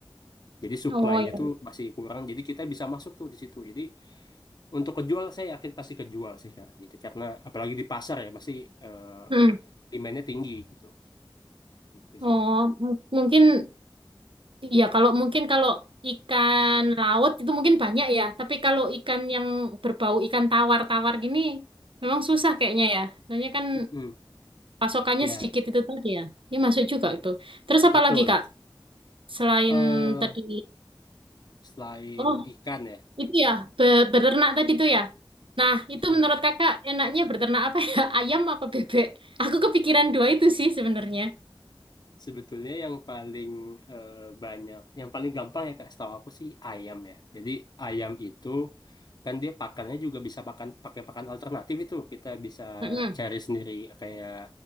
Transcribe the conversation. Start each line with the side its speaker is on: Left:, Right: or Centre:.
Left: jadi supply-nya
Right: Oh ya.
Left: tuh masih kurang jadi kita bisa masuk tuh di situ jadi untuk kejual saya yakin pasti kejual sih Kak gitu karena apalagi di pasar ya pasti eh,
Right: Mm.
Left: demandnya tinggi gitu gitu
Right: Oh,
Left: sih kak
Right: m- mungkin ya kalau mungkin kalau ikan laut itu mungkin banyak ya, tapi kalau ikan yang berbau ikan tawar-tawar gini memang susah kayaknya ya. Soalnya kan
Left: Mm-mm.
Right: pasokannya
Left: ya
Right: sedikit itu tadi ya. Ini masuk juga itu. Terus apa
Left: betul
Right: lagi, Kak? Selain
Left: eh
Right: tadi
Left: selain
Right: Oh,
Left: ikan ya
Right: itu ya, be- beternak tadi tuh ya. Nah, itu
Left: mm,
Right: menurut kakak enaknya beternak apa ya? <laughs> Ayam apa bebek? Aku kepikiran dua itu sih sebenarnya.
Left: sebetulnya yang paling eh, banyak yang paling gampang ya kak setahu aku sih ayam ya jadi ayam itu kan dia pakannya juga bisa pakan pakai pakan alternatif itu kita bisa
Right: Mm-mm.
Left: cari sendiri kayak